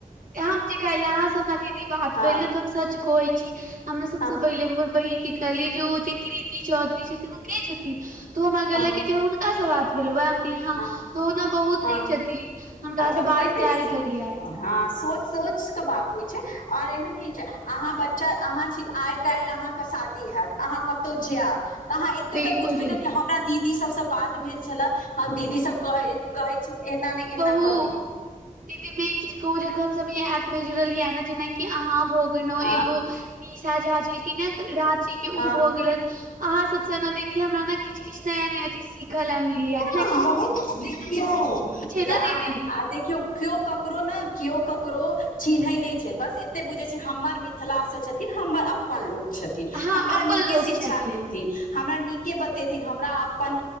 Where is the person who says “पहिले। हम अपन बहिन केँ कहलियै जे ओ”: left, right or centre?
Right